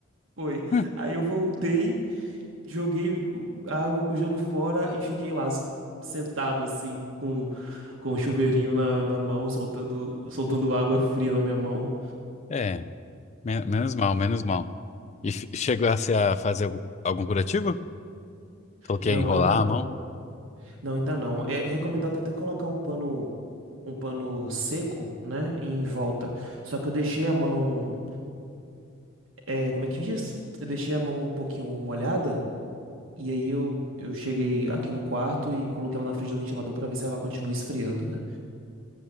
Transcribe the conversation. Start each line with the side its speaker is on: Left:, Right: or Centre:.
Right: foi.
Left: Hum,
Right: Aí eu voltei. joguei a água com gelo fora e fiquei lá s- sentado assim com com o chuveirinho na, na mão, soltando soltando água fria na minha mão.
Left: É, men- menos mal, menos mal. E f- chegou a ser a fazer algum, algum curativo? Coloquei
Right: Não,
Left: a enrolar
Right: ainda não.
Left: a mão?
Right: Não, ainda não. É recomendado até colocar um pano um pano seco, né, em volta. Só que eu deixei a mão, é, como é que diz? Eu deixei a mão um pouquinho molhada. E aí eu, eu cheguei aqui no quarto e coloquei ela na frente do ventilador pra ver se ela continua esfriando, né?